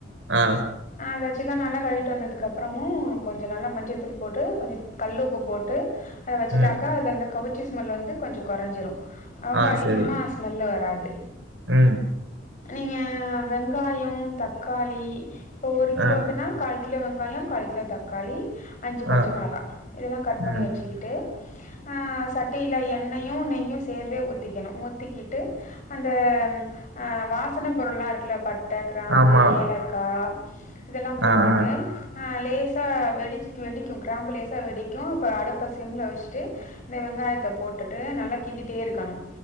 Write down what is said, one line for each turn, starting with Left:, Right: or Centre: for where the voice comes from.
Right: ஆ
Left: அந்த சிக்கன் நல்லா கழு ட்டு வந்ததுக்கப்றமு கொஞ்சொ நல்லா மஞ்சத்தூள் போட்டு கொஞ்சொ கல்லு உப்பு போட்டு அத வச்சுட்டாக்கா
Right: ம்
Left: அதுல அந்த கவுச்சு ஸ் ஸ்மெல்லு வந்து கொஞ்சோ கொறஞ்சிரு ரொம்ப
Right: ஆ
Left: அதிகமா
Right: சரி.
Left: ஸ்மெல்லு வரா து
Right: ம்
Left: நீங்க வெங்காயொ தக்காளி இப்போ ஒரு கிலோக்குன்னா
Right: ஆ,
Left: கால் கிலோ வெங்காயம் கால் கிலோ தக்காளி அஞ்சு பச்ச
Right: ஆ,
Left: மொளகா இதெல்லாம் கட்
Right: ம்.
Left: பண்ணி வச்சுக்கிட்டு ஆ சட்டியில எண் எண்ணெயும் நெய்யும் சேர்ந்தே ஊத்திக்கணும் ஊத்திக்கிட்டு அந்த ஆ வாசனை பொருள்லாம் இருக்குல பட்டை கிராம்பு
Right: ஆமா.
Left: ஏலக்கா இதெல்லாம் போட்டு
Right: ஆ, ஆ.
Left: ட்டு லேஸ் சா வெர் வெடிச் வெடிக்கும் கிராம்பு லேசா வெடிக்கும் அப்ப அடுப்ப சிம்ல வெச்சுட்டு இந்த வெங்காயத்த போட்டுட்டு நல்லா கிண்டிட்டே இருக்கணும்